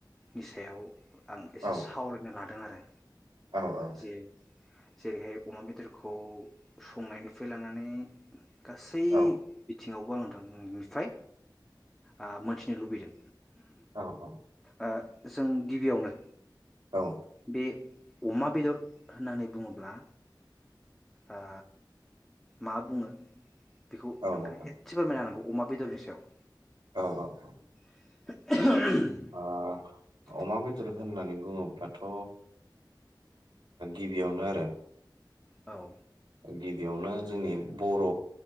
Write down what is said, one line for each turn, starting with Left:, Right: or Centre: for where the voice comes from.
Centre: नि सायाव आं एसे
Right: औ
Centre: सावरायनो लानो नुदों आरो
Right: औ औ
Centre: जे जेरैहाय अमा बेदरखौ संनायनि फायलांनानै गासै
Right: औ
Centre: बिथिङावबो आं थां उम ओमफाय आ मोन नो लुबैदों।
Right: औ
Centre: ओ जों गिबियावनो
Right: औ
Centre: बे अमा बेदर होननानै बुङोब्ला ओ मा बुङो? बेखौ
Right: औ
Centre: नोंथाङा
Right: नोंथां
Centre: एसे फोरमायना होनांगौ? अमा बेदरनि सायाव
Right: औ औ औ
Centre: <inaudible> <inaudible>
Right: ओ अमा बेदर होननानै बुङोब्लाथ' गिबियावनो आरो
Centre: औ
Right: गिबियावनो जोंनि बर'